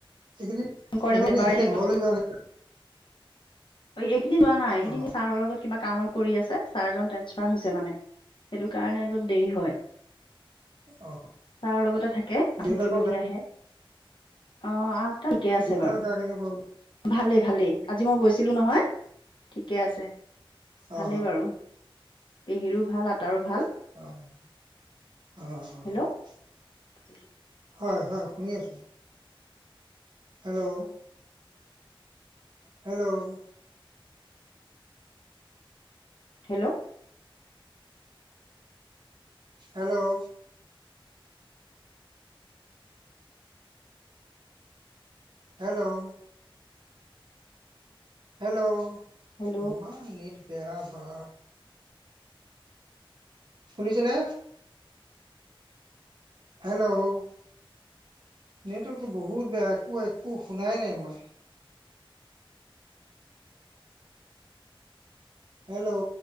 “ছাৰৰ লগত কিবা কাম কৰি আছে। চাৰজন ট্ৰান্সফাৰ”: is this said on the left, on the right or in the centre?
Left